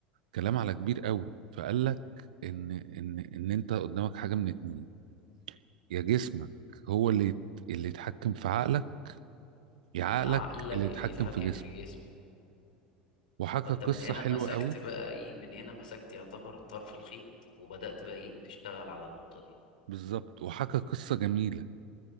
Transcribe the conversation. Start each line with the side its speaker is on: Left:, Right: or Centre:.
Right: كلام على كبير قوي فقال لك ان ان ان انت قدامك حاجه من اتنين يا جسمك هو اللي يت- اللي يتحكم في عقلك يا عقلك
Left: يا عقلك
Right: اللي يتحكم
Left: اللي يتحكم
Right: في جسمك
Left: في جسمك
Right: وحكى
Left: فانت
Right: قصه
Left: من هنا
Right: حلوه
Left: مسكت
Right: قوي
Left: بقى ايه من هنا مسكت يعتبر طرف الخيط وبدأت بقى ايه تشتغل على النقطة دي
Right: بالظبط وحكى قصه جميله